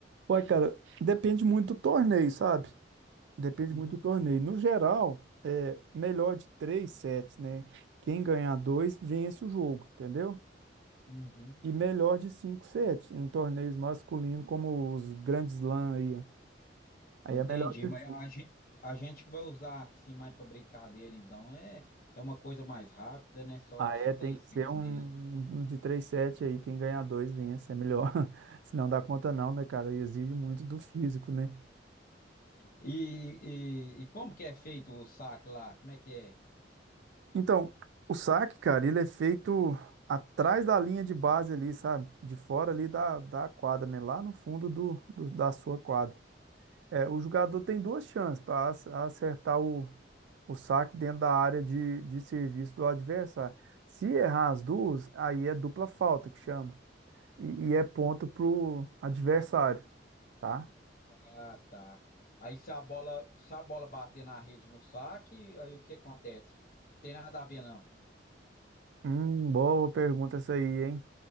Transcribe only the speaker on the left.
Uhum,
uhum.
Entendi,
mas
a gente, a gente que vai usar assim mais para brincadeira, então é é uma coisa mais rápida, né? Só
só
três
sets
mesmo.
E, e, e como que é feito o saque lá? Como é que é?
Ah, tá. Aí se a bola, se a bola bater na rede no saque, aí o que acontece? Não tem nada a ver, não.